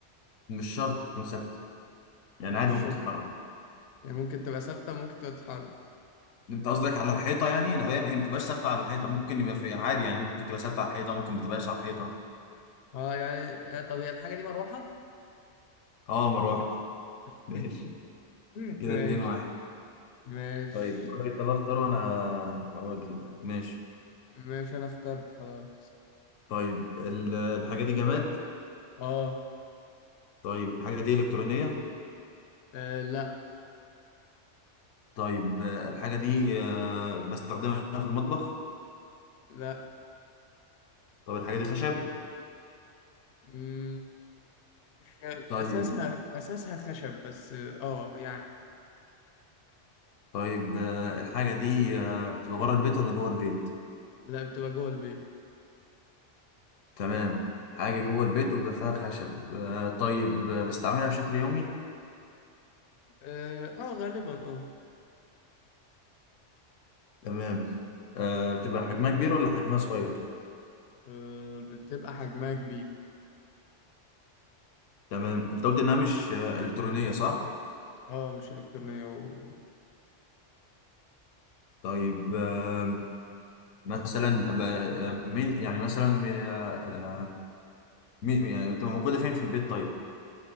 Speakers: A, on the left; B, on the left.
A: مش شرط تكون ثابتة يعني عادي
B: مش
A: ممكن
B: شرط
A: تتحرك
B: يعني ممكن تبقى ثابتة وممكن تبقى تتحرك
A: انت قصدك على الحيطه يعني لو هي هي ما بتبقاش ثابته على الحيطه ممكن يبقى في عادي يعني ممكن تبقى ثابته على الحيطه ممكن ما تبقاش على الحيطه
B: اه يعني آه، طب هي الحاجة دي مروحة؟
A: اه مروح <laughs>
B: <laughs>
A: ماشي كده
B: ماشي
A: اتنين واحد
B: ماشي
A: طيب دورك انت بقى اختار وانا هقول لك. ماشي
B: ماشي أنا اخترت خلاص
A: طيب ال- الحاجه دي جماد
B: اه
A: طيب الحاجه دي الكترونيه
B: آه، لا
A: طيب آه، الحاجه دي آه، بستخدمها في المطبخ
B: لا
A: طب الحاجه دي خشب
B: مم، هي
A: طيب
B: أساسها أساسها خشب بس اه آه، يعني
A: طيب آه، الحاجه دي آه، بتبقى بره البيت ولا جوه البيت
B: لا بتبقى جوه البيت
A: تمام حاجه جوه البيت وبيبقى فيها خشب آه، طيب آه، بستعملها بشكل يومي
B: اه آه، غالبا اه
A: تمام آه، بتبقى حجمها كبير ولا حجمها صغير
B: آه، بتبقى حجمها كبير
A: تمام انت قلت انها مش آه، الكترونيه صح
B: اه مش إلكترونية وبتبقى
A: طيب آه، مثلا أبقى- آه، مين يعني مثلا آه، آه، مين يعني بتبقى موجوده فين في البيت طيب